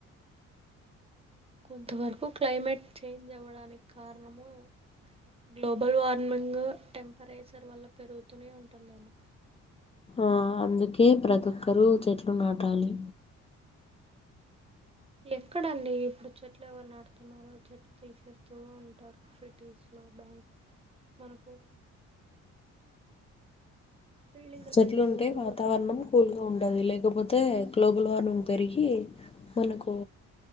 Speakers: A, on the right; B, on the left.
A: కొంతవరకు క్లైమేట్ చేంజ్ అవ్వడానికి కారణము గ్లోబల్ వార్మింగ్ టెంపరేచర్ వల్ల పెరుగుతూనే ఉంటుందేమో
B: ఆ అందుకే ప్రతి ఒక్కరు చెట్లు నాటాలి.
A: ఎక్కడండి ఇప్పుడు చెట్లు ఎవరు నాడుతున్నారో చెట్లు తీసేస్తూ ఉంటారు సిటీస్ లో బ్యాంక్ మనకు బిల్డింగులు
B: చెట్లు
A: పెంచుకుంటూ
B: ఉంటే వాతావరణం
A: పోతున్నారు
B: కూల్గా ఉంటది లేకపోతే గ్లోబల్ వార్మింగ్ పెరిగి మనకు